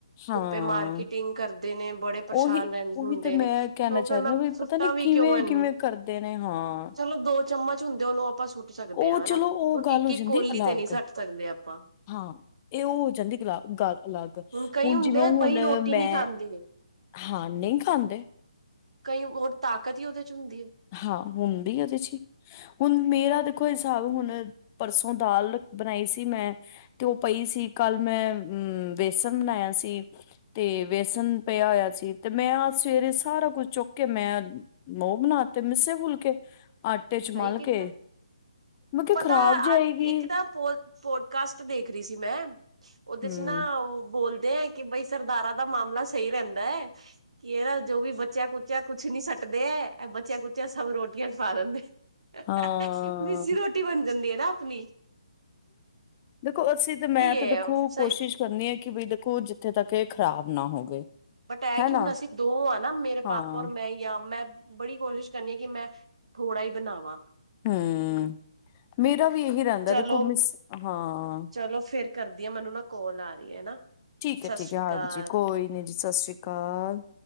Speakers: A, on the left; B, on the right.
A: ਹਾਂ
B: ਧੁੱਪੇ ਮਾਰਕੀਟਿੰਗ ਕਰਦੇ ਨੇ ਬੜੇ ਪਰੇਸ਼ਾਨ
A: ਉਹੀ
B: ਰਹਿੰ
A: ਉਹੀ
B: ਹੁੰਦੇ
A: ਤੇ ਮੈਂ
B: ਨੇ
A: ਕਹਿਣਾ
B: ਉਹ
A: ਚਾਹ
B: ਫੇਰ
A: ਰਹੀ
B: ਮੈਂ
A: ਹਾਂ ਵੀ
B: ਸੁੱਟਾਂ
A: ਪਤਾ ਨੀ
B: ਵੀ
A: ਕਿਵੇਂ
B: ਕਿਉਂ ਇਹਨੂੰ
A: ਕਿਵੇਂ ਕਰਦੇ ਨੇ ਹਾਂ
B: ਚਲੋ ਦੋ ਚਮਚ ਹੁੰਦੇ ਉਹਨੂੰ ਆਪਾਂ ਸੁੱਟ ਸਕਦੇ
A: ਉਹ
B: ਹਾਂ ਹਨਾ
A: ਚਲੋ ਉਹ
B: ਹੁਨ
A: ਗੱਲ
B: ਇੱਕ,
A: ਹੋ
B: ਇੱਕ
A: ਜਾਂਦੀ
B: ਕੋਲੀ
A: ਅਲੱਗ
B: ਤੇ ਨੀ ਸੱਟ ਸਕਦੇ ਅਪਾਂ।
A: ਹਾਂ ਏਹ ਔਹ ਹੋ ਜਾਂਦੀ ਗਲਾ ਗੱਲ ਅਲੱਗ
B: ਕਈ
A: ਹੁਣ
B: ਹੁੰਦੇ
A: ਜਿਵੇਂ
B: ਆ
A: ਹੁਣ
B: ਬਈ ਰੋਟੀ
A: ਮੈਂ
B: ਨਹੀਂ ਖਾਂਦੇ
A: ਹਾਂ ਨਈ ਖਾਂਦੇ।
B: ਕਈ ਹੋਰ ਤਾਕਤ ਈ ਔਦੇ ਚ ਹੁੰਦੀ ਏ।
A: ਹਾਂ ਹੁੰਦੀ ਔਦੇ ਚੀ। ਹੁਣ ਮੇਰਾ ਦੇਖੋ ਹਿਸਾਬ ਹੁਣ ਪਰਸੋਂ ਦਾਲ ਬਣਾਈ ਸੀ ਮੈਂ ਤੇ ਔ ਪਈ ਸੀ ਕੱਲ ਮੈਂ ਹਮਮ ਵੇਸਣ ਬਣਾਇਆ ਸੀ ਤੇ ਵੇਸਨ ਪੇਯਾ ਹੋਯਾ ਸੀ ਤੇ ਮੈਂ ਅਜ ਸਵੇਰੇ ਸਾਰਾ ਕੁੱਛ ਚੁੱਕ ਕੇ ਮੈਂ ਮੈ ਔਹ ਬਨਾਤੇ ਮਿੱਸੇ ਫੁਲਕੇ ਹਹ ਆਟੇ ਚ
B: ਸਹੀ
A: ਮਲ
B: ਕੀਤਾ।
A: ਕੇ ਮੈ ਕਯਾ
B: ਪਤਾ
A: ਖ਼ਰਾਬ ਜਾਏਗੀ।
B: ਅੱਜ ਇੱਕ ਨਾ ਪੋ ਪੋਡਕਾਸਟ ਦੇਖ ਰੀ ਸੀ ਮੈਂ ਔਦੇ
A: ਹਮ
B: ਚ ਨਾ ਔਹ ਬੋਲਦੇ ਕਿ ਬਈ ਸਰਦਾਰਾਂ ਦਾ ਮਾਮਲਾ ਸਈ ਰੈਂਦਾ ਹੈ ਕਿ ਏਨਾ ਜੋ ਵੀ ਬੱਚ ਚੇਯਾ ਕੁਚਿਆ ਕੁਛ ਨੀ ਸੱਟਦੇ ਐ ਬੱਚਿਆਂ ਕੁੱਚਿਆਂ ਸਭ ਰੋਟੀਆਂ ਚ ਪਾ ਦਿੰਦੇ। <unintelligible>
A: ਹਾਂ
B: ਮਿੱਸੀ ਰੋਟੀ ਬਣ ਜਾਂਦੀ ਐ ਨਾ ਅਪਣੀ।
A: ਦੇਖੋ ਅਸੀਂ ਤੇ ਮੈਂ
B: ਹੈ
A: ਤੇ ਦੇਖੋ
B: ਸਹੀ
A: ਕੋਸ਼ਿਸ਼ ਕਰਨੀ ਐ ਕਿ ਬੀ ਦੇਖੋ ਜਿੱਥੇ ਤੱਕ ਏਹ ਖਰਾਬ ਨਾ ਹੋਵੇ।
B: ਬਟ ਏਹ
A: ਹੈਨਾ
B: ਕਿ ਹੁਣ ਅਸੀਂ ਦੋ ਆ ਨਾ ਮੇਰੇ
A: ਹਾਂ
B: ਪਾਪਾ ਔਰ ਮੈਂ ਈ ਆਂ ਮੈਂ ਬੜੀ ਕੋਸ਼ਿਸ਼ ਕਰਨੀ ਆ ਕਿ ਮੈਂ ਥੋੜਾ ਈ ਬਨਾਵਾਂ।
A: ਹਮ, ਮੇਰਾ ਵੀ ਏਹੀ ਰੈਂਦਾ
B: ਚਲੋ
A: ਕਿ ਦੇਖੋ ਮਿਸ ਹਾਂ।
B: ਚਲੋ ਫਿਰ ਕਰਦੀਆਂ ਮੈਨੂੰ ਨਾ ਕੋਲ ਆ ਰੀ ਐ ਨਾ।
A: ਠੀਕ ਐ-ਠੀਕ
B: ਸਤਿ ਸ੍ਰੀ
A: ਐ ਹਾਂਜੀ
B: ਅਕਾਲ
A: ਕੋਈ ਨੀ ਜੀ ਸਸੀਕਾਲ।